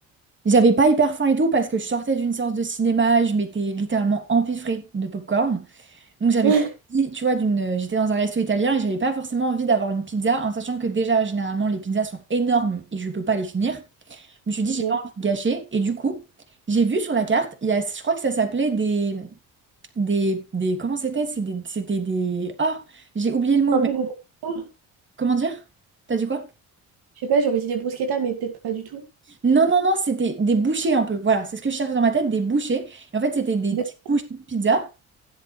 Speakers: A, on the right (about 30°); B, on the right (about 70°).
A: J'avais pas hyper faim et tout parce que je sortais d'une séance de cinéma, je m'étais littéralement empiffrée de popcorn. Donc j'avais
B: <laughs>
A: pas envie, tu vois, d'une, j'étais dans un resto italien et j'avais pas forcément envie d'avoir une pizza en sachant que déjà, généralement, les pizzas sont énormes et je peux pas les finir. Je me suis dit,
B: Ok.
A: j'ai pas envie de gâcher. Et du coup, j'ai vu sur la carte, il y a, je crois que ça s'appelait des, des, des, comment c'était? C'est des- C'était des, oh, j'ai oublié le mot,
B: Un peu de...
A: Comment dire? T'as dit quoi?
B: Je sais pas, j'aurais dit des bruschettas, mais peut-être pas du tout.
A: Non, non, non, c'était des bouchées un peu. Voilà, c'est ce que je cherche dans ma tête, des bouchées. Et en fait, c'était des
B: Des-
A: petites bouchées de pizza.